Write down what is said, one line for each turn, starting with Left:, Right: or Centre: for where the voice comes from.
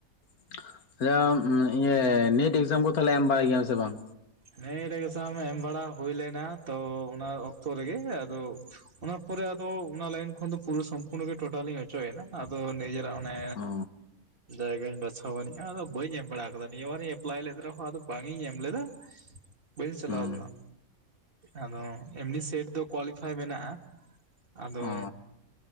Left: <unintelligible> ᱤᱭᱟᱹ ᱱᱤᱴ ᱮᱠᱡᱟᱢ ᱠᱚ ᱛᱟᱦᱚᱞᱮ ᱮᱢ ᱵᱟᱲᱟᱭ ᱜᱮᱭᱟᱢ ᱥᱮ ᱵᱟᱝ?
Right: ᱱᱤᱴ ᱮᱠᱡᱟᱢ ᱮᱢ ᱵᱟᱲᱟ ᱦᱳᱭ ᱞᱮᱱᱟ ᱛᱚ ᱚᱱᱟ ᱚᱠᱛᱚ ᱨᱮᱜᱮ ᱟᱫᱚ ᱚᱱᱟ ᱯᱚᱨᱮ ᱟᱫᱚ ᱚᱱᱟ ᱞᱟᱭᱤᱱ ᱠᱷᱚᱱ ᱫᱚ ᱯᱩᱨᱟᱹ ᱥᱚᱢᱯᱩᱨᱱᱚ ᱜᱮ ᱴᱟᱞᱤᱧ ᱚᱪᱚᱜᱮᱱᱟ, ᱟᱫᱚ ᱱᱤᱡᱮᱨᱟᱜ ᱱᱮᱻ
Left: ᱚ
Right: ᱡᱟᱭᱜᱟᱧ ᱵᱟᱪᱷᱟᱣ ᱟᱱᱤᱡᱟ, ᱟᱫᱚ ᱵᱟᱹᱧ ᱮᱢ ᱵᱟᱲᱟ ᱠᱟᱫᱟ ᱾ ᱱᱤᱭᱟᱹ ᱟᱵᱟᱨ ᱤᱧ ᱮᱯᱞᱟᱭ ᱞᱮᱫ ᱨᱮᱦᱚᱸ ᱟᱫᱚ ᱵᱟᱝ ᱤᱧ ᱮᱢ ᱞᱮᱫᱟ᱾ ᱵᱟᱹᱧ ᱪᱟᱞᱟᱣ
Left: ᱦᱩᱸ
Right: ᱞᱮᱱᱟ᱾ ᱟᱫᱚ ᱮᱢᱱᱤ ᱥᱮᱴ ᱫᱚ ᱠᱳᱣᱟᱞᱤᱯᱷᱟᱭ ᱢᱮᱱᱟᱜᱼᱟ ᱟᱫᱚ
Left: ᱚ